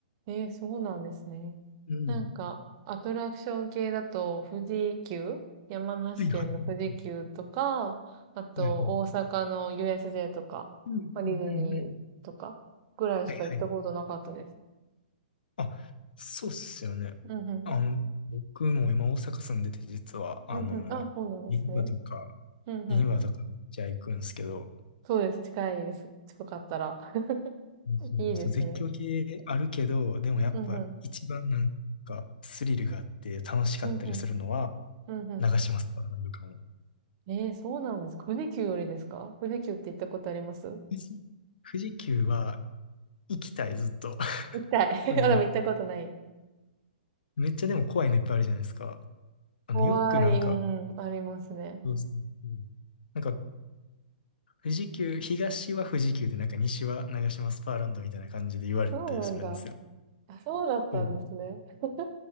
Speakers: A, on the right; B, on the left.
A: え。えー、そうなんですね。
B: うん。
A: なんか、アトラクション系だと、富士急山梨県の富士急とか、
B: はいはいは
A: あと、
B: い。はい
A: 大阪の USJ とか、
B: うんうんうんうん。
A: まあディズニーとか、ぐらいしか行ったことなかったです。
B: はいはい。あ、そうっすよね。
A: うんうん。
B: あの、僕も今大阪住んでて実は、あの、
A: うんうん。あ、そうなんですね。
B: 銀座とか
A: うんうん。
B: 今とかめっちゃ行くんすけど、
A: そうです。近いです。近かったら。<laughs>
B: そうそう絶叫系あるけど、
A: いいですね。
B: でもやっぱ一番なんかスリルがあって楽しかったりするのは
A: うんうん。うんうん。うんうん。
B: 長島スパランドかも。
A: ええそうなんです。富士急よりですか富士急って行ったことあります
B: 富士、富士急は行きたい、ずっと。<laughs>
A: 行きたい。<laughs>
B: あの、
A: あ、でも行ったことない。
B: めっちゃでも怖いのいっぱいあるじゃないですか。あの、
A: 怖い。
B: よくなんか、
A: うんうん。ありますね。
B: そうそうそう。なんか富士急、東は富士急でなんか西は長島スパーランドみたいな感じで言われたりするんですよ。
A: そうなんだ。あ、そうだったんですね。
B: そう、
A: <laughs>